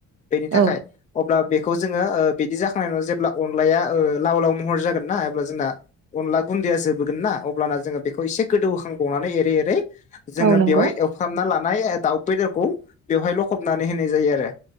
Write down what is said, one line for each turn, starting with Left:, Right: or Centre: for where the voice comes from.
Left: बेनि थाखाय
Right: औ
Left: अब्ला बेखौ जोङो ओ बिदि जाखांनायनि उनाव जेब्ला अनलाया ओ लाव लाव महर जागोनना अब्ला जोंना अनला गुन्दैया जोबोगोन ना अब्ला जोङो बेखौ एसे गोदौहोखांबावनानै एरै एरै जोङो
Right: औ नंगौ
Left: बेवहाय एवफ्रामना लानाय दाउ बेदरखौ बेवहाय लखबनानै होनाय जायो आरो